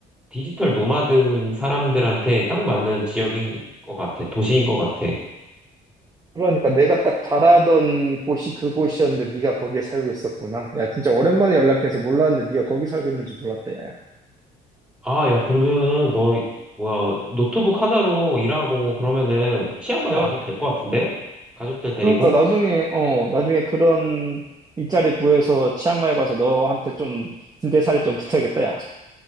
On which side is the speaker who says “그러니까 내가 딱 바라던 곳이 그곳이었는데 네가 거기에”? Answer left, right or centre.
Right